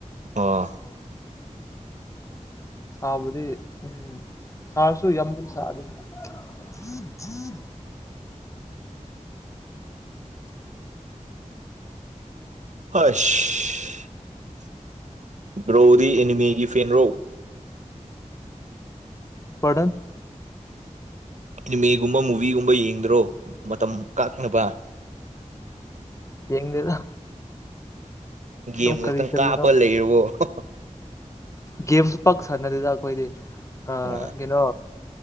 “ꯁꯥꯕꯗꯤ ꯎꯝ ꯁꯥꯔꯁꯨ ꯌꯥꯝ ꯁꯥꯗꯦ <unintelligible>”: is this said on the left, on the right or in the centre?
Left